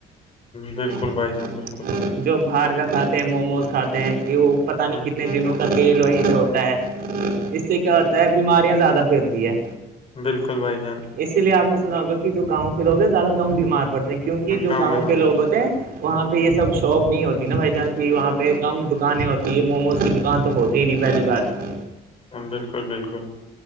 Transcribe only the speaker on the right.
ہ
ہ
ہوں جو باہر کا کھاتے ہیں موموز کھاتے ہیں کہ وہ پتہ نہیں
کتنے دنوں کا تیل وہیں سے ہوتا ہے اس سے کیا ہوتا ہے بیماریاں زیادہ پھیلتی ہے
اسی لیے آپ نے سنا ہوگا کہ جو گاؤں کے لوگ ہیں زیادہ کم بیمار پڑتے ہیں کیونہ جو
گاؤں
کے لوگ ہوتے ہیں وہاں پہ یہ سب شاپ نہیں ہوتی نا بائی چانس کہ وہاں پہ کم دکانیں ہوتی ہے موموز کی دکان تو ہوتی ہی نہیں پہلی بات